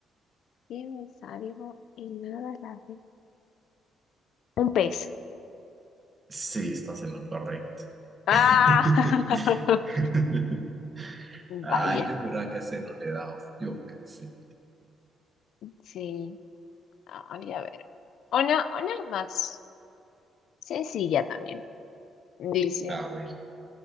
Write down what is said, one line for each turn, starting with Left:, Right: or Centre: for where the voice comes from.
Left: Tienes algo y nada a la ve. Un pez.
Right: Sí, estás en lo correcto.
Left: Ah,
Right: <laughs>
Left: <laughs>
Right: Ay,
Left: vaya.
Right: yo juraba que ese no le daba. Yo pensé.
Left: Sí. Ay, a ver. Una, una más sencilla también. Dice,
Right: A ver,